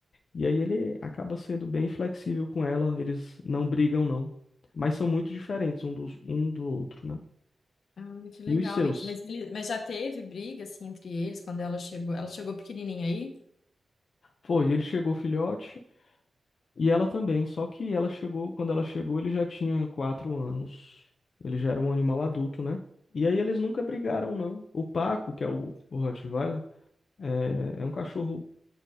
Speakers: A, on the left; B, on the left.
A: e aí ele acaba sendo bem flexível com ela, eles não brigam não, mas são muito diferentes um dos, um do outro, né?
B: Ah, que legal
A: E os seus?
B: isso. Mas, ele- mas já teve briga, assim, entre eles quando ela chegou? Ela chegou pequenininha aí?
A: Foi, ele chegou filhote e ela também, só que ela chegou, quando ela chegou, ele já tinha quatro anos. Ele já era um animal adulto, né? E aí eles nunca brigaram, não. O Paco, que é o, o Rottweiler, é, é um cachorro